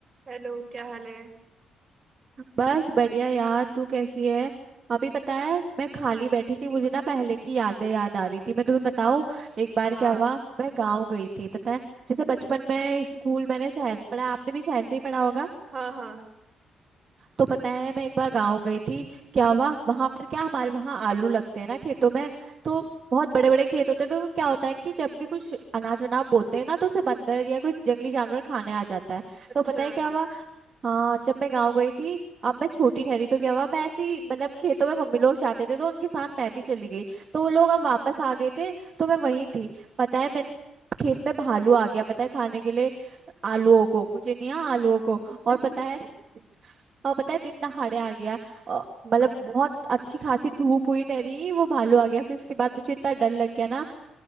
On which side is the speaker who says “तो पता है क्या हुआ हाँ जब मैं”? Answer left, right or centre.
Right